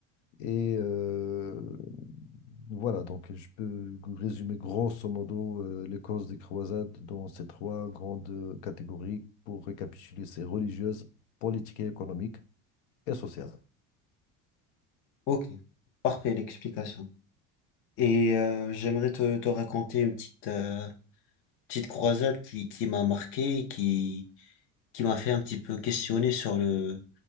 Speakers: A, on the left; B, on the left.
A: Et euh, voilà, donc je peux résumer grosso modo euh, les causes des croisades dans ces trois grandes euh, catégories pour récapituler, c'est religieuse, politique et économique et sociale.
B: Ok, parfait l'explication. Et euh, j'aimerais te, te raconter une petite, euh, petite croisade qui, qui m'a marqué, qui, qui m'a fait un petit peu questionner sur le,